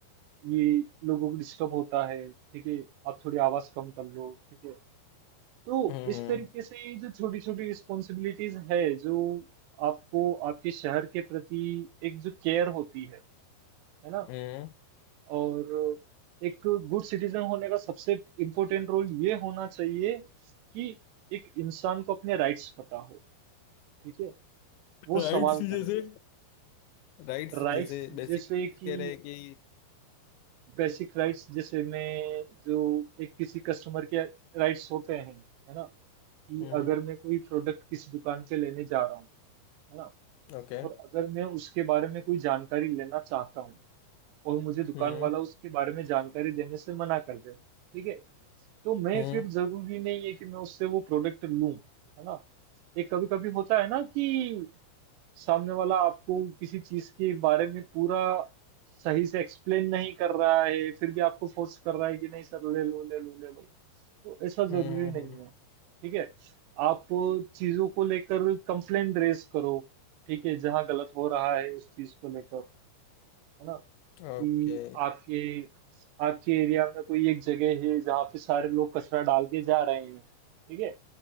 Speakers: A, on the right (about 75°); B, on the left (about 80°).
A: ये लोगों को डिस्टर्ब होता है ठीक है आप थोड़ी आवाज कम कर लो ठीक है तो
B: हम्म
A: इस तरीके से ये जो छोटी छोटी रिस्पॉन्सिबिलिटीज है जो आपको आपके शहर के प्रति एक जो केयर होती है है ना
B: हम्म
A: और एक गुड सिटीजन होने का सबसे इम्पोर्टेंट रोल ये होना चाहिए कि एक इंसान को अपने राइट्स पता हो ठीक है वो
B: राइट
A: सवाल
B: चीजें
A: करे
B: <laughs> राइट्स
A: राइट्स
B: जैसे बेसिक
A: जैसे कि
B: कह रहे हैं कि
A: बेसिक राइट्स जैसे में जो एक किसी कस्टमर के राइट्स होते हैं है ना कि
B: हम्म
A: अगर मैं कोई प्रोडक्ट किसी दुकान पे लेने जा रहा हूँ है ना
B: ओके
A: और अगर मैं उसके बारे में कोई जानकारी लेना चाहता हूँ और मुझे दुकान
B: हम्म
A: वाला उसके बारे में जानकारी देने से मना कर दे ठीक है तो मैं
B: हम्म
A: फिर जरूरी नहीं है कि मैं उससे वो प्रोडक्ट लूं है ना एक कभी कभी होता है ना कि सामने वाला आपको किसी चीज के बारे में पूरा सही से एक्सप्लेन नहीं कर रहा है फिर भी आपको फोर्स कर रहा है कि नहीं सर ले लो ले लो ले लो तो ऐसा
B: हम्म
A: जरूरी नहीं है ठीक है आप चीजों को लेकर कंप्लेंट रेज करो ठीक है जहां गलत हो रहा है उस चीज को लेकर है ना कि
B: ओके
A: आपके आपके एरिया में कोई एक जगह है जहाँ पे सारे लोग कचरा डाल के जा रहे हैं ठीक है